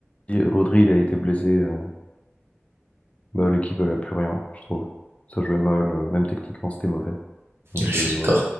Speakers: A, on the left (about 30°); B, on the right (about 60°).
A: Rodri, il a été blessé, euh, bah, l'équipe, elle a plus rien, je trouve. Ça jouait mal, euh, même techniquement, c'était mauvais. Donc
B: je suis
A: euh,
B: d'accord.
A: voilà.